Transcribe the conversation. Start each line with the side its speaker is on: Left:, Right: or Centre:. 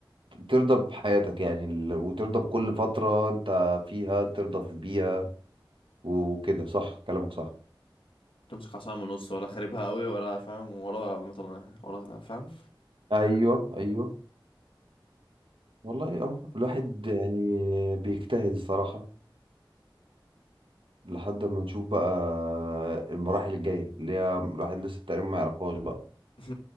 Right: ترضى بحياتك يعني ال- وترضى بكل فترة انت فيها ترضى في بيها وكده صح كلامك صح
Left: تمسك عصايه من النص ولا خاربها قوي ولا فاهم ولا مطلع ولا فاهم
Right: ايوه ايوه والله اه الواحد يعني بيجتهد الصراحة لحد ما نشوف بقى المراحل الجاية اللي هي الواحد لسه تقريبا ما يعرفهاش بقى
Left: <laughs>